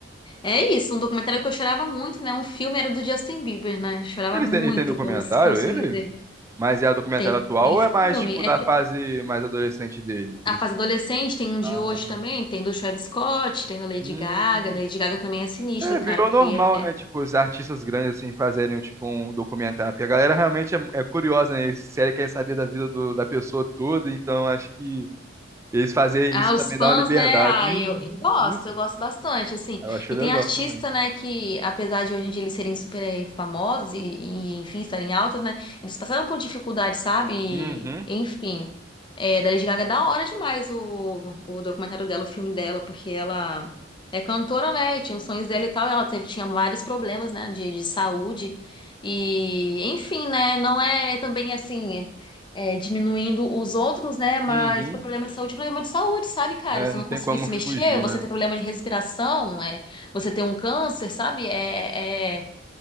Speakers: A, on the left; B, on the right.
A: é isso, um documentário que eu chorava muito, né? Um filme era do Justin Bieber, né? Chorava
B: Ele
A: muito
B: tem, ele tem documentário,
A: com os, com os
B: ele?
A: filmes dele.
B: Mas é o documentário
A: Tem,
B: atual
A: tem
B: ou
A: filme.
B: é mais tipo
A: é
B: da fase mais adolescente dele? Que
A: A
B: ele...
A: fase adolescente tem um de
B: Ah,
A: hoje também, tem do Travis Scott, tem da Lady
B: hum.
A: Gaga. Lady Gaga também é sinistro,
B: É,
A: cara,
B: virou
A: porque
B: normal, né? Tipo, os artistas grandes assim fazerem tipo um documentário, porque a galera realmente é, é curiosa, né? Eles sério querem saber da vida do- da pessoa toda, então acho que eles fazerem
A: Ah,
B: isso
A: os
B: também
A: fãs,
B: dá uma liberdade.
A: né? Ah,
B: Uhum,
A: eu, eu gosto,
B: isso.
A: eu gosto bastante, assim.
B: Eu achei
A: E
B: legal
A: tem artista,
B: também.
A: né, que apesar de hoje em dia eles serem super eh, famosos e, e, enfim, estarem altos, né? Eles passaram por dificuldade, sabe? E,
B: Uhum,
A: enfim, é, da Lady Gaga é da hora demais o, o documentário dela, o filme dela, porque ela é cantora, né? E tinha os sonhos dela e tal, e ela teve, tinha vários problemas, né, de, de saúde. E, enfim, né? Não é também assim é, diminuindo os outros, né? Mas
B: uhum.
A: problema de saúde, é problema de saúde, sabe, cara?
B: É,
A: Você
B: não
A: não
B: tem
A: conseguir
B: como
A: se
B: fugir,
A: mexer, você
B: né?
A: ter problema de respiração, é, você ter um câncer, sabe? É, é,